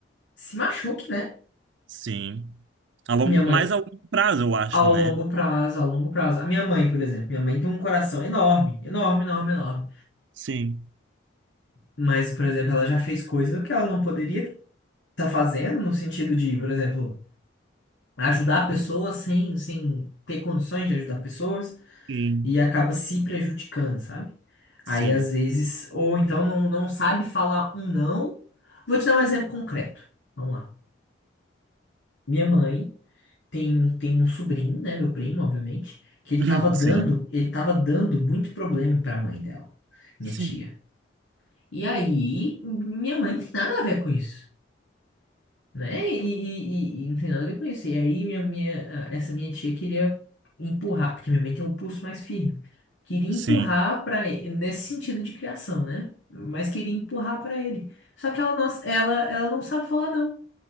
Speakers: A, on the left; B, on the right.
A: se machuque, né?
B: sim. A longo,
A: Minha mãe,
B: mais a longo prazo, eu acho,
A: ao
B: né?
A: longo prazo, ao longo prazo. A minha mãe, por exemplo, minha mãe tem um coração enorme, enorme, enorme, enorme.
B: Sim,
A: Mas, por exemplo, ela já fez coisa que ela não poderia estar fazendo, no sentido de, por exemplo, ajudar pessoas sem, sem ter condições de ajudar pessoas
B: sim,
A: e acaba se prejudicando, sabe?
B: sim.
A: Aí às vezes, ou então não, não sabe falar um não. Vou te dar um exemplo concreto. Vamos lá. Minha mãe tem, tem um sobrinho, né? Meu primo, obviamente, que ele
B: <laughs>
A: tava dando,
B: Sim,
A: ele tava dando muito problema pra mãe dela, minha
B: sim.
A: tia. E aí, minha mãe não tem nada a ver com isso. né? E, e- e- e não tem nada a ver com isso. E aí minha, minha, essa minha tia queria empurrar, porque minha mãe tem um pulso mais firme. Queria
B: Sim,
A: empurrar para nesse sentido de criação, né? Mas queria empurrar para ele. Só que ela não, ela, ela não sabe falar não.